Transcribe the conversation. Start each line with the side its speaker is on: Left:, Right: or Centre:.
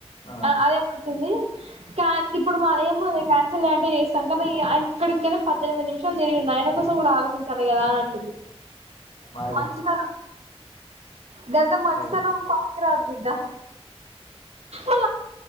Left: ఆ
Right: అది ఎమంటుంది. క ఇప్పుడు మరి <unintelligible> క్యాన్ అసలు అంటే ఏ సంక ఆయనకు ఇక్కడిక్కనే పద్దెనిమిది నిమిషాలు తిరిగిండు ఆయన కోసం కూడా ఆలోచించాలి. ఇక రాధంట్.
Left: మరి
Right: మంచితనం గంత మంచితనం
Left: మరి
Right: పనికిరాద్ బిడ్డ. అహ్